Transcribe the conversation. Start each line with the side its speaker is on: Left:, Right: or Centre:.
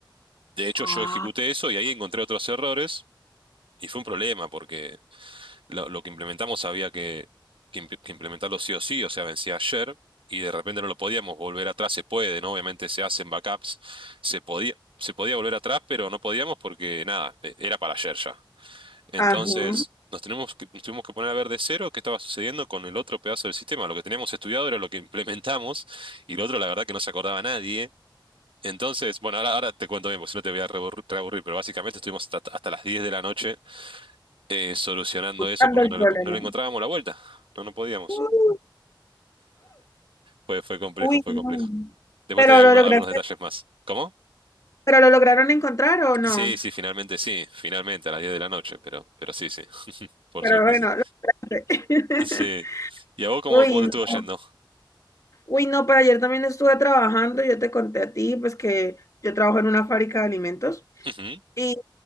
Right: De hecho,
Left: Ah.
Right: yo ejecuté eso y ahí encontré otros errores y fue un problema porque lo, lo que implementamos había que, que imp- que implementarlo sí o sí, o sea, vencía ayer y de repente no lo podíamos volver atrás, se puede, ¿no? Obviamente se hacen backups, se podía, se podía volver atrás, pero no podíamos porque nada, eh, era para ayer ya. Entonces,
Left: Ajá.
Right: nos tenemos que, nos tuvimos que poner a ver de cero qué estaba sucediendo con el otro pedazo del sistema. Lo que teníamos estudiado era lo que implementamos y lo otro, la verdad, que no se acordaba nadie. Entonces, bueno, ahora, ahora te cuento bien, porque si no te voy a reaburrir, reaburrir, pero básicamente estuvimos hasta, hasta las 10 de la noche eh, solucionando
Left: buscando
Right: eso porque
Left: el
Right: no
Left: problema.
Right: le, po- no le encontrábamos la vuelta. No, no podíamos.
Left: Uh,
Right: Fue, fue complejo,
Left: uy,
Right: fue
Left: no.
Right: complejo. Después
Left: Pero
Right: te doy algunos,
Left: lo lograste,
Right: algunos detalles más. ¿Cómo?
Left: pero lo lograron encontrar o no?
Right: Sí, sí, finalmente sí, finalmente a las 10 de la noche, pero, pero sí, sí, por
Left: Pero
Right: suerte
Left: bueno,
Right: sí.
Left: lo lograste.
Right: Sí.
Left: <laughs>
Right: ¿Y a vos cómo,
Left: Uy,
Right: cómo te
Left: no.
Right: estuvo yendo?
Left: Uy, no, pero ayer también estuve trabajando, yo te conté a ti, pues que yo trabajo en una fábrica de alimentos.
Right: <laughs>
Left: Y